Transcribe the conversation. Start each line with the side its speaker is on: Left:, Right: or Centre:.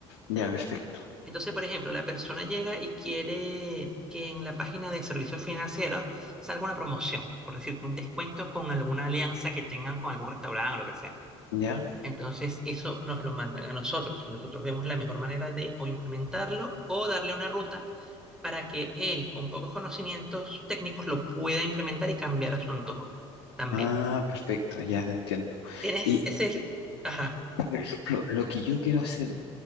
Left: Ya, perfecto.
Centre: Entonces, por ejemplo, la persona llega y quiere que en la página de servicios financieros salga una promoción, por decirte, un descuento con alguna alianza que tengan con algún restaurante o lo que sea.
Left: Ya.
Centre: Entonces, eso nos lo mandan a nosotros y nosotros vemos la mejor manera de o implementarlo o darle una ruta para que él, con pocos conocimientos técnicos, lo pueda implementar y cambiar a su antojo también.
Left: Ah, perfecto, ya te entiendo.
Centre: Tienes
Left: Y,
Centre: ese... Ajá.
Left: Por ejemplo, lo que yo quiero hacer,